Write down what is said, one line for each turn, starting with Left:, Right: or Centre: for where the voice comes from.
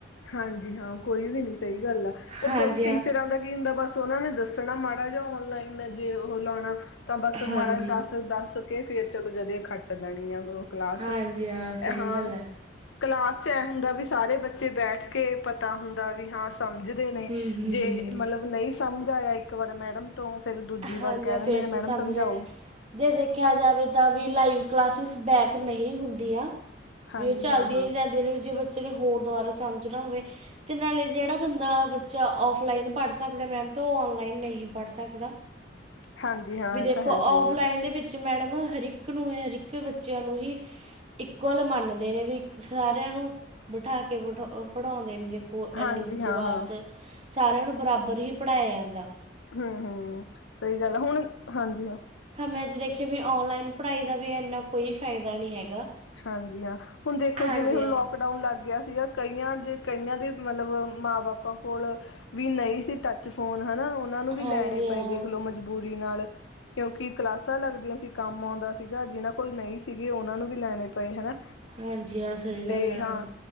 Left: ਹਾਂਜੀ ਹਾਂ, ਕੋਈ ਵੀ ਨੀ ਸਈ ਗੱਲ ਆ। ਓਹਦੋਂ
Right: ਹਾਂਜੀ
Left: ਟੀਚਰਾਂ
Right: ਹਾਂ
Left: ਦਾ ਕੀ ਹੁੰਦਾ ਬਸ ਓਹਨਾ ਨੇ ਦੱਸਣਾ ਮਾੜਾ ਜਾ ਔਨਲਾਈਨ ਜੇ ਓਹ ਲੌਣਾ ਤਾਂ ਬਸ
Right: ਹਾਂਜੀ
Left: ਮਾੜਾ ਜਾ ਦੱਸ ਤੇ ਦੱਸ ਕੇ ਫੇਰ ਚਲੋ ਜਦੇ ਖੱਟ ਲੈਣੀ ਏ ਓਹ ਕਲਾਸ
Right: ਹਾਂਜੀ
Left: ਐ
Right: ਹਾਂ ਸਹੀ
Left: ਹਾਂ
Right: ਗੱਲ ਹੈ
Left: ਕਲਾਸ ਚ ਐ ਹੁੰਦਾ ਬੀ ਸਾਰੇ ਬੱਚੇ ਬੈਠ ਕੇ ਪਤਾ ਹੁੰਦਾ ਵੀ ਹਾਂ ਸਮਝਦੇ ਨੇ,
Right: ਹੂੰ ਹੂੰ
Left: ਜੇ
Right: ਹੂੰ
Left: ਮਲਬ ਨੂਈ ਸਮਝ ਆਇਆ ਇੱਕ ਵਾਰ ਮੈਡਮ ਤੋਂ ਫੇਿਰ ਦੂਜੀ ਵਾਰ
Right: ਹਾਂਜੀ
Left: ਕਹਿ ਦਿੰਦੇ
Right: ਫੇਰ
Left: ਨੇ
Right: ਤੂੰ
Left: ਮੈਡਮ
Right: ਸਮਝ
Left: ਸਮਝਾਓ
Right: ਰਹੇ ਨੇ ਜੇ ਦੇਖਿਆ ਜਾਵੇ ਤਾਂ ਵੀ ਲਾਈਵ ਕਲਾਸਿਸ ਬੈਕ ਨਹੀਂ ਹੁੰਦੀਆਂ
Left: ਹਾਂਜੀ
Right: ਵੀ, ਉਹ ਚੱਲਦੀਆਂ
Left: ਹਾਂ ਹਾਂ
Right: ਹੀ ਜਾਂਦੀਆਂ ਨੇ, ਵੀ ਜੇ ਬੱਚੇ ਨੇ ਹੋਰ ਦੁਆਰਾ ਸਮਝਣਾ ਹੋਵੇ। ਤੇ, ਨਾਲੇ ਜਿਹੜਾ ਬੰਦਾ ਬੱਚਾ ਔਫਲਾਈਨ ਪੜ੍ਹ ਸਕਦਾ ਮੈਮ, ਤਾਂ ਉਹ ਔਨਲਾਈਨ ਨਹੀਂ ਪੜ੍ਹ ਸਕਦਾ।
Left: ਹਾਂਜੀ ਹਾਂ
Right: ਵੀ, ਦੇਖੋ
Left: ਇਹ ਤਾਂ ਹੈ ਸਹੀ
Right: ਆਫਲਾਈਨ
Left: ਗੱਲ
Right: ਦੇ ਵਿੱਚ ਮੈਡਮ, ਹਰਿਕ ਨੂੰ ਹਰਿਕ ਬੱਚਿਆਂ ਨੂੰ ਹੀ। ਇਕੁਅਲ ਮੰਨਦੇ ਨੇ, ਵੀ ਸਾਰਿਆਂ ਨੂੰ ਬਿਠਾ ਕੇ ਪੜ੍ਹਾਉਂਦੇ ਨੇ।
Left: ਹਾਂਜੀ
Right: ਇੰਨੀ ਉੱਚੀ
Left: ਹਾਂ
Right: ਆਵਾਜ਼
Left: ਹਾਂ
Right: ਚ ਸਾਰਿਆਂ ਨੂੰ, ਬਰਾਬਰ ਹੀ ਪੜ੍ਹਾਇਆ ਜਾਂਦਾ।
Left: ਹੂੰ- ਹੂੰ! ਸਹੀ ਗੱਲ ਆ, ਹੁਣ ਹਾਂਜੀ ਹਾਂ।
Right: ਮੈਂ ਅੱਜ ਦੇਖਿਆ ਵੀ, ਔਨਲਾਈਨ ਪੜ੍ਹਾਈ ਦਾ ਵੀ ਇੰਨਾ ਕੋਈ ਫਾਇਦਾ ਨਹੀਂ ਹੈਗਾ।
Left: ਹਾਂਜੀ ਹਾਂ, ਹੁਣ ਦੇਖੋ
Right: ਹਾਂਜੀ
Left: ਜਿਵੇਂ ਹੁਣ
Right: ਹਾਂ
Left: ਲੋਕ- ਡਾਊਨ ਲੱਗ ਗਿਆ ਸੀਗਾ। ਕਈਆਂ ਜੇ, ਕਈਆਂ ਦੇ, ਮਤਲਬ ਮਾਂ ਬਾਪਾਂ ਕੋਲ- ਵੀ ਨਹੀਂ ਸੀ, ਟੱਚ ਫੋਨ ਹੈਨਾ। ਉਹਨਾਂ ਨੂੰ ਵੀ
Right: ਹਾਂਜੀ
Left: ਲੈਣੇ
Right: ਹਾਂ
Left: ਪਏ ਦੇਖ ਲੋ, ਮਜਬੂਰੀ ਨਾਲ। ਕਿਉਂਕਿ ਕਲਾਸਾਂ ਲੱਗਦੀਆਂ ਸੀ, ਕੰਮ ਆਉਂਦਾ ਸੀਗਾ। ਜਿਨਾਂ ਕੋਲ ਨਹੀਂ ਸੀਗੇ। ਉਹਨਾਂ ਨੂੰ ਵੀ ਲੈਣੇ ਪਏ ਹੈਨਾ।
Right: ਹਾਂਜੀ ਹਾਂ ਸਹੀ
Left: ਤੇ
Right: ਗੱਲ ਹੈ
Left: ਹਾਂ,
Right: ਮੈਡਮ